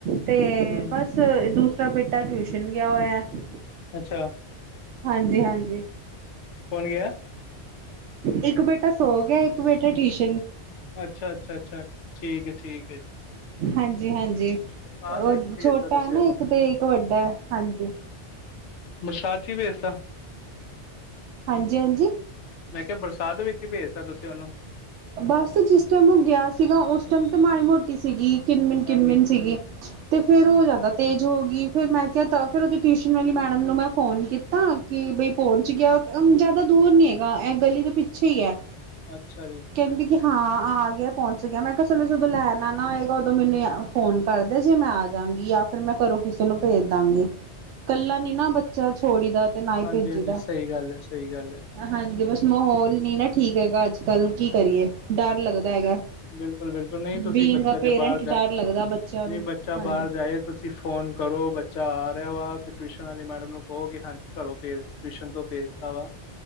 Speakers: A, on the right (about 85°); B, on the left (about 85°).
A: ਤੇ
B: ਹੂੰ
A: ਬਸ ਦੂਸਰਾ ਬੇਟਾ ਟਿਊਸ਼ਨ ਗਿਆ ਹੋਇਆ ਏ।
B: ਅੱਛਾ।
A: ਹਾਂਜੀ-ਹਾਂਜੀ।
B: ਕੋਣ ਗਿਆ?
A: ਇੱਕ ਬੇਟਾ ਸੌ ਗਿਆ, ਇੱਕ ਬੇਟਾ ਟੀਸ਼
B: ਅੱਛਾ-ਅੱਛਾ-ਅੱਛਾ, ਠੀਕ ਹੈ, ਠੀਕ ਹੈ ਜੀ।
A: ਹਾਂਜੀ-ਹਾਂਜੀ
B: ਬਰਸਾਤ
A: ਓ
B: ਵਿੱਚ ਭੇਜਤਾ
A: ਛੋਟਾ
B: ਤੁਸੀਂ
A: ਹੈ ਨਾ
B: ਉਹਨੂੰ
A: ਇੱਕ ਤੇ, ਇੱਕ ਵੱਡਾ ਏ। ਹਾਂਜੀ।
B: ਬਰਸਾਤ ਚ ਈ ਭੇਜਤਾ?
A: ਹਾਂਜੀ-ਹਾਂਜੀ।
B: ਮੈਂ ਕਿਹਾ, ਬਰਸਾਤ ਵਿੱਚ ਈ ਭੇਜਤਾ ਤੁਸੀ ਓਨੂੰ?
A: ਬਸ ਜਿਸ ਟਾਈਮ ਔਹ ਗਿਆ ਸੀਗਾ, ਉਸ ਟਾਈਮ ਤੇ ਮਾੜੀ ਮੋਟੀ ਸੀਗੀ। ਕਿਨਮਿਨ-ਕਿੰਨਮਿਨ
B: ਹਾਂਜੀ।
A: ਸੀਗੀ, ਤੇ ਫੇਰ
B: ਹਾਂਜੀ।
A: ਔ ਜ਼ਿਆਦਾ ਤੇਜ਼ ਹੋ ਗੀ। ਫਿਰ ਮੈਂ ਕਿਆ ਤਾਂ, ਫਿਰ ਓਦੀ ਟਿਊਸ਼ਨ ਵਾਲੀ ਮੈਡਮ ਨੂੰ ਮੈਂ ਫੋਨ ਕੀਤਾ, ਕਿ ਬਈ ਪਹੁੰਚ ਗਿਆ? ਅਮ ਜਾਦਾ ਦੂਰ ਨੀ ਹੈਗਾ, ਐ ਗਲੀ ਦੇ ਪਿੱਛੇ ਈ ਐ।
B: ਅੱਛਾ ਜੀ।
A: ਕਹਦੀ ਕਿ ਹਾਂ ਆ ਗਿਆ ਏ, ਪੌਂਚ ਗਿਆ ਏ, ਮੈਂ ਕਿਹਾ ਚਲੋ ਜਦੋਂ ਲੈਣਾ ਆਨਾ ਹੋਏਗਾ, ਓਦੋਂ ਮੈਨੂੰ ਯਾ ਫੋਨ ਕਰ ਦੇਯਾ ਜੇ ਮੈਂ ਆ ਜਾਂਗੀ, ਯਾ ਫੇਰ ਮੈਂ ਘਰੋਂ ਕਿਸੇ ਨੂੰ ਭੇਜ ਦਾਂਗੀ। ਕੱਲਾ ਨੀ ਨਾ ਬੱਚਾ ਛੋੜੀ ਦਾ ਤੇ ਨਾ ਹੀ
B: ਹਾਂਜੀ
A: ਭੇਜੀ
B: ਹਾਂਜੀ
A: ਦਾ।
B: ਸਹੀ ਗੱਲ ਹੈ ਸਹੀ ਗੱਲ ਹੈ
A: ਹਾਂਜੀ, ਬਸ ਮਾਹੌਲ ਨੀ ਨਾ ਠੀਕ ਹੈਗਾ ਅੱਜ ਕੱਲ। ਕੀ ਕਰੀਏ? ਡਰ ਲੱਗਦਾ ਹੈਗਾ।
B: ਬਿਲਕੁਲ-ਬਿਲਕੁਲ, ਨਈ ਤੁਸੀ
A: ਬੀਂਗ
B: ਬੱਚਾ
A: ਆ
B: ਜੇਹਾ
A: ਪੇਰੈਂਟ
B: ਬਾਰ ਜਾ,
A: ਡਰ ਲੱਗਦਾ ਬੱਚਿਆਂ
B: ਨਈ
A: ਨੂੰ
B: ਬੱਚਾ
A: ਹਾਂਜੀ
B: ਬਾਰ ਜਾਏ ਤੁਸੀ ਫੋਨ ਕਰੋ ਬੱਚਾ ਆ ਗਆ ਵਾ, ਤੇ ਟਿਊਸ਼ਨ ਵਾਲੀ ਮੈਡਮ ਨੂੰ ਕਹੋ, ਕੇ ਹਾਂਜੀ ਘਰੋਂ ਭੇਜ ਟਿਊਸ਼ਨ ਤੋਂ ਭੇਜਤਾ ਵਾ।